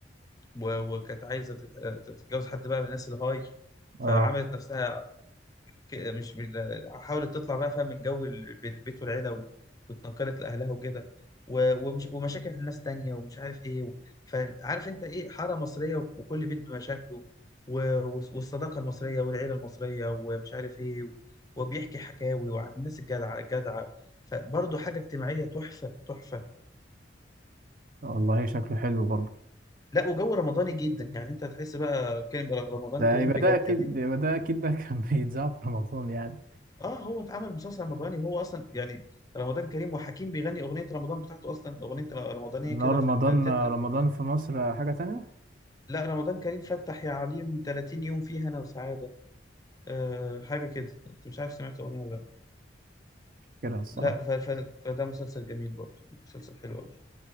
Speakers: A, on the left; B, on the right.
A: و- وكانت عايزة تت- تتجوز حد بقى من الناس الهاي
B: اه
A: فعملت نفسها كده مش من- حاولت تطلع بقى فاهم من جو الب- البيت والعيلة و- واتنقلت لأهلها وكده و- ومش ومشاكل الناس تانية ومش عارف إيه و- فعارف أنت إيه حارة مصرية و- وكل بيت بمشاكله و- والص- والصداقة المصرية والعيلة المصرية ومش عارف إيه و- وبيحكي حكاوي وعن الناس الجدعة الجدعة فبرضه حاجة اجتماعية تحفة تحفة
B: والله شكله حلو برضه
A: لا وجو رمضاني جدا يعني أنت هتحس بقى كان رمضان
B: ده
A: كريم
B: يبقى
A: بجد
B: ده اكيد
A: يعني
B: يبقى ده اكيد ده <laughs> كان بيتذاع في رمضان يعني
A: اه هو اتعمل مسلسل رمضاني وهو اصلا يعني رمضان كريم وحكيم بيغني اغنيه رمضان بتاعته اصلا اغنيه رمضانيه
B: لا
A: كده
B: رمضان
A: في التتر
B: رمضان في مصر حاجة تانية
A: لا رمضان كريم فتح يا عليم 30 يوم فيها انا وسعاده آه حاجه كده انت مش عارف سمعت الاغنيه ولا لا
B: كده الصراحة
A: لا ف... ف... فده مسلسل جميل برضه مسلسل حلو قوي